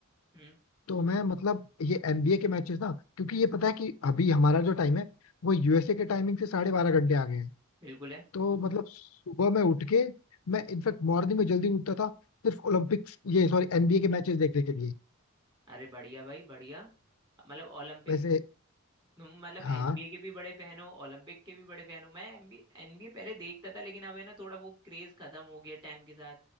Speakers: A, on the right (about 20°); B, on the left (about 75°).
A: हम्म
B: तो मैं मतलब ये एनबीए के मैचेस ना क्योंकि ये पता है कि अभी हमारा जो टाइम है वो यूएसए के टाइमिंग से साढ़े बारह घंटे आ गए हैं
A: बिल्कुल है
B: तो मतलब सुबह में उठ के मैं इनफैक्ट मॉर्निंग में जल्दी उठता था सिर्फ ओलंपिक्स ये सॉरी एनबीए के मैचेस देखने के लिए
A: अरे बढ़िया भाई बढ़िया मतलब ओलंपिक
B: वैसे
A: तुम मतलब
B: हाँ
A: एनबीए के भी बड़े फैन हो ओलंपिक के भी बड़े फैन हो मैं एनबीए एनबीए पहले देखता था लेकिन अब है ना थोड़ा वो क्रेज खत्म हो गया टाइम के साथ